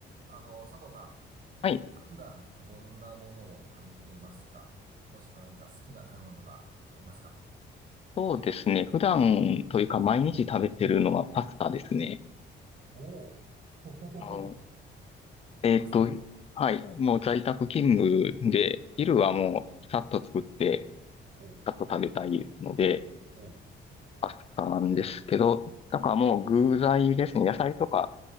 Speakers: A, on the right; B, on the left.
A: あの、佐藤さ
B: はい。
A: ん、普段どんなものを食べてますかもしくは何か好きな食べ物とかありますか
B: そうですね。普段というか毎日食べてるのはパスタですね。
A: おおほほほほ
B: あの
A: <laughs>
B: えっと、
A: パスタ。
B: はい。もう在宅勤務で、昼はもうさっと作って、
A: おう
B: さっと食べたいので、
A: おう
B: パスタなんですけど、だからもう具材ですね。野菜とか